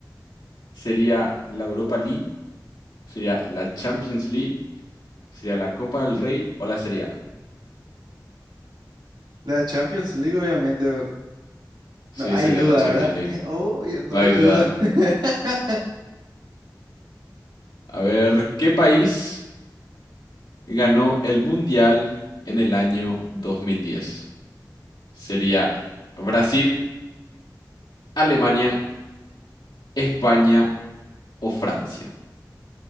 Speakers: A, on the left (about 85°); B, on the right (about 80°).
A: ¿Sería la Europa League? ¿Sería la Champions League? ¿Sería la Copa del Rey o la Serie A?
B: la Champions League obviamente, bol-
A: Sí,
B: no hay
A: sería
B: duda,
A: la Champions
B: ¿verdad?
A: League.
B: <laughs> Obvio, no
A: No
B: hay
A: hay
B: duda.
A: duda.
B: <laughs>
A: A ver, ¿qué país ganó el Mundial en el año 2010? ¿Sería Brasil, Alemania, España o Francia?